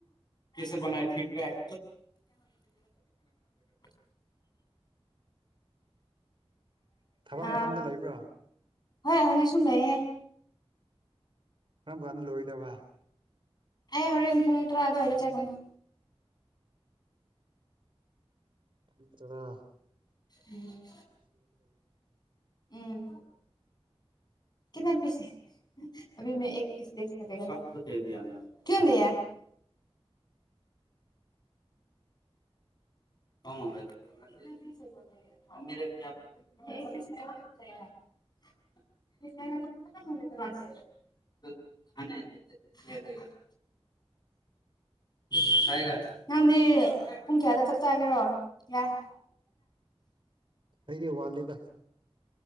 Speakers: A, on the left; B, on the right.
A: ꯀꯦꯁꯦ ꯕꯅꯥꯌꯦ ꯐꯤꯗꯕꯦꯛ <unintelligible>
B: ꯊꯕꯛ
A: ꯑ
B: ꯃꯐꯝꯗ ꯂꯩꯕ꯭ꯔꯥ
A: ꯍꯣꯏ ꯍꯧꯖꯤꯛ ꯁꯨꯝ ꯂꯩꯌꯦ
B: ꯀꯔꯝ ꯀꯥꯟꯗ ꯂꯣꯏꯗꯕ
A: ꯑꯩ ꯍꯣꯔꯦꯟ ꯄꯨꯡ ꯇ꯭ꯔꯥ ꯑꯗꯨ ꯋꯥꯢꯗ ꯆꯠꯀꯦꯅ
B: ꯃꯤꯆꯔꯥ
A: ꯎꯝ ꯎꯝ ꯀꯤꯠꯅ ꯄꯤꯁ <unintelligible> <unintelligible> <unintelligible> <inaudible> <unintelligible> <unintelligible> ꯅꯪꯗꯤ ꯄꯨꯡ ꯀꯌꯥꯗ ꯆꯥꯛ ꯆꯥꯒꯦꯔꯣ ꯌꯥ <inaudible>
B: ꯑꯩꯗꯤ ꯋꯥꯠꯂꯦꯗ